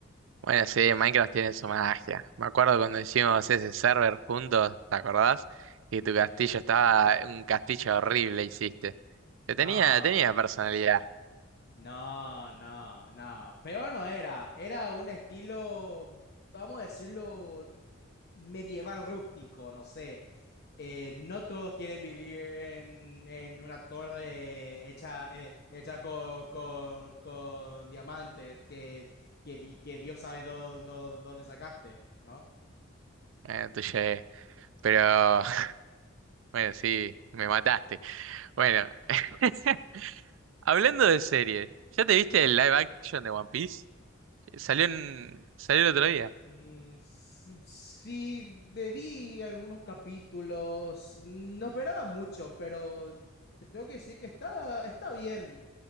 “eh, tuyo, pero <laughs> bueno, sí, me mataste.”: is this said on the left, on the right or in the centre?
Right